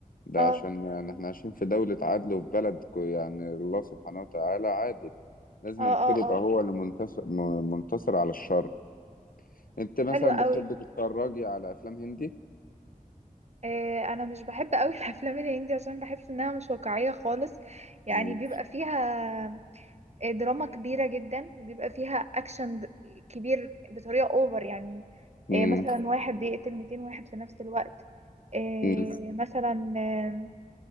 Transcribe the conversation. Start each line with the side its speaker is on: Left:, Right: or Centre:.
Left: ده
Right: اه
Left: عشان يعني احنا عايشين في دولة عدل وفي بلد كو- يعني الله سبحانه وتعالى عادل لازم
Right: اه
Left: الخير
Right: اه
Left: يبقى
Right: اه
Left: هو اللي منتصر م- منتصر على الشر انت مثلا
Right: حلو قوي
Left: بتحب تتفرجي على افلام هندي؟
Right: آه انا مش بحب قوي <laughs> الافلام الهندي عشان بحس انها مش واقعية خالص يعني
Left: مم.
Right: بيبقى فيها آه، دراما كبيرة جدا وبيبقى فيها أكشن د- كبير بطريقة أوفر يعني
Left: مم.
Right: آه، مثلا واحد بيقتل 200 واحد في نفس الوقت آه،
Left: مم.
Right: مثلا آه،